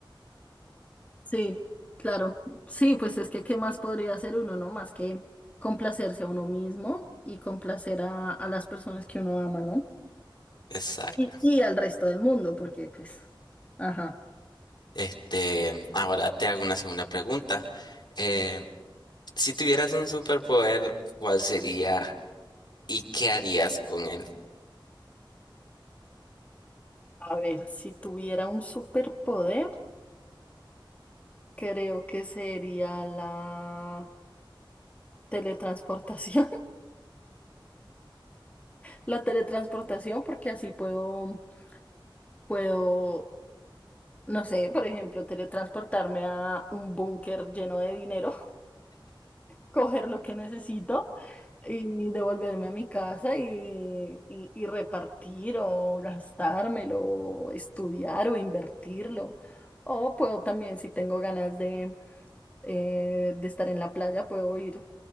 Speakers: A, on the left (about 15°); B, on the left (about 60°).
A: Sí, claro. Sí, pues es que qué más podría hacer uno, ¿no? Más que complacerse a uno mismo y complacer a, a las personas que uno ama, ¿no?
B: Exacto.
A: Y, y al resto del mundo, porque pues, ajá.
B: Este, ahora te hago una segunda pregunta. Eh, si tuvieras un superpoder, ¿cuál sería? ¿Y qué harías con él?
A: A ver, si tuviera un superpoder, creo que sería la teletransportación. <laughs> La teletransportación, porque así puedo, puedo, no sé, por ejemplo, teletransportarme a un búnker lleno de dinero <laughs> coger lo que necesito y devolverme a mi casa y, y- y repartir o gastármelo, o estudiar o invertirlo. O puedo también, si tengo ganas de, eh, de estar en la playa, puedo ir